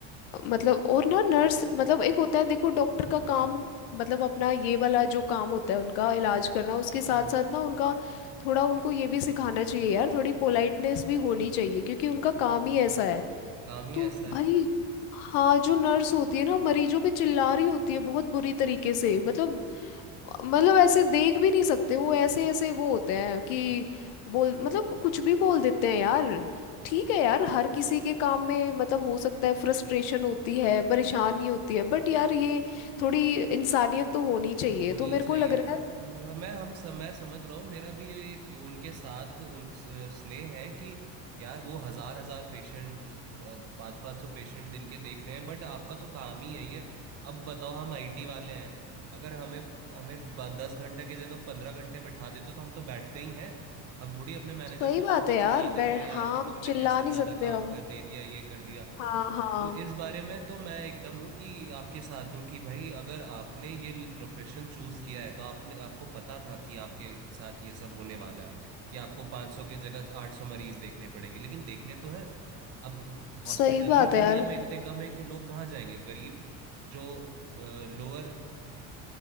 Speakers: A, on the left; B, on the right.
A: मतलब और ना नर्स मतलब एक होता है देखो डॉक्टर का काम मतलब अपना ये वाला जो काम होता है उनका इलाज करना उसके साथ
B: हाँ
A: साथ ना उनका थोड़ा उनको ये भी सिखाना चाहिए यार थोड़ी पोलाइटनेस भी होनी चाहिए क्योंकि उनका
B: हाँ
A: काम ही
B: हाँ
A: ऐसा है
B: काम ही
A: तो
B: ऐसा
A: भाई
B: है
A: हाँ जो नर्स होती है ना मरीजों पे चिल्ला रही होती है बहुत बुरी तरीके से मतलब मतलब ऐसे देख भी नहीं सकते वो ऐसे ऐसे वो होते हैं कि बोल मतलब कुछ भी बोल देते हैं यार ठीक है यार हर किसी के काम में मतलब हो सकता है फ्रस्ट्रेशन होती है परेशानी होती है बट यार ये थोड़ी इंसानियत तो होनी चाहिए
B: होनी
A: तो मेरे
B: ही चाहिए
A: को लग रहा
B: म-
A: है
B: मैं हम सम, मैं समझ रहा हूँ मेरा भी ये- उनके साथ उन स्नेह है कि यार वो हजार हजार पेशेंट पाँच पाँच सौ पेशेंट दिन के देख रहे हैं बट आपका तो काम ही है ये अब बताओ हम आईटी वाले हैं अगर हमें हमें ब- दस घंटे की जगह पंद्रह घंटे बैठा देते तो हम तो बैठते ही हैं हम थोड़ी अपने मैनेजर
A: सही
B: को
A: बात
B: जहाँ पे
A: है
B: चिल्ला
A: यार
B: देते
A: बै
B: हैं यार
A: हाँ
B: कि तुमने
A: चिल्ला
B: कैसे
A: नहीं
B: ज्यादा
A: सकते
B: काम
A: हम
B: कर दे दिया ये कर दिया
A: हाँ हाँ
B: तो इस बारे में तो मैं एकदम हूँ कि आपके साथ हूँ कि भाई अगर आपने ये प्रोफेशन चूज किया है तो आपने आपको पता था कि आपके साथ ये सब होने वाला है कि आपको 500 की जगह 800 मरीज देखने पड़ेंगे लेकिन देखने तो हैं अब हॉस्पिटल
A: सही बात
B: ही इंडिया
A: है यार
B: में इतने कम है कि लोग कहाँ जाएंगे गरीब जो लोअर